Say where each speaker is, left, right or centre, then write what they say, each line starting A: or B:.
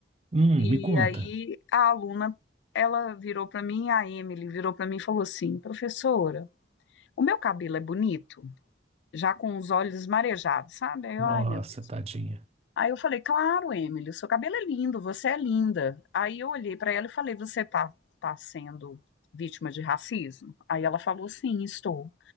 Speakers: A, on the right (about 35°); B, on the left (about 80°).
A: Hum,
B: E
A: me conta.
B: aí a aluna, ela virou para mim, a Emily virou para mim e falou assim, professora, O meu cabelo é bonito, já com os olhos marejados, sabe? Aí eu,
A: Nossa,
B: ai, meu Deus.
A: tadinha.
B: Aí eu falei, claro, Emily, o seu cabelo é lindo, você é linda. Aí eu olhei para ela e falei, você tá, tá sendo vítima de racismo? Aí ela falou, sim, estou.